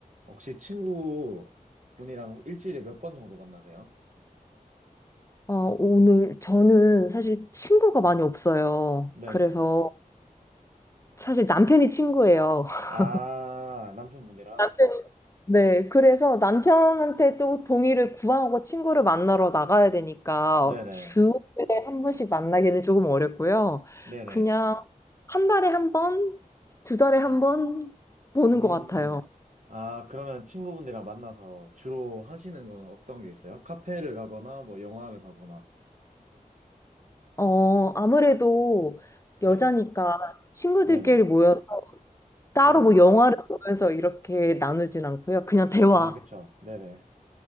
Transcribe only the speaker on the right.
혹시 친구 분이랑 일주일에 몇 번 정도 만나세요?
네네.
아, 남편분이랑?
네네.
네네.
음.
아, 그러면 친구분들이랑 만나서 주로 하시는 건 어떤 게 있어요? 카페를 가거나, 뭐, 영화를 가거나.
네네.
네네.
네네.
아, 그쵸. 네네.